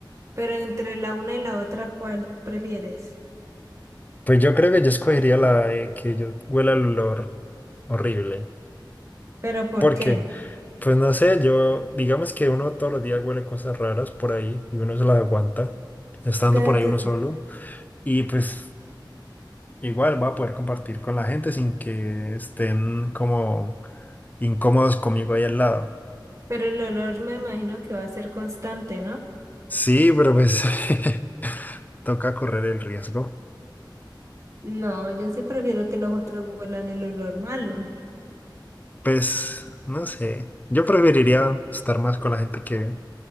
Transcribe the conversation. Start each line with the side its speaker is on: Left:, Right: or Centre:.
Right: pero entre la una y la otra, ¿cuál prefieres?
Left: Pues yo creo que yo escogería la de que yo huela el olor horrible.
Right: ¿Pero por
Left: ¿Por
Right: qué?
Left: qué? Pues no sé, yo, digamos que uno todos los días huele cosas raras por ahí y uno se las aguanta, estando
Right: Pero
Left: por ahí
Right: tú-
Left: uno solo. Y pues igual va a poder compartir con la gente sin que estén como incómodos conmigo ahí al lado.
Right: pero el olor me imagino que va a ser constante, ¿no?
Left: Sí, pero pues <laughs> toca correr el riesgo.
Right: No, yo sí prefiero que los otros huelan el olor malo.
Left: Pues no sé, yo preferiría estar más con la gente que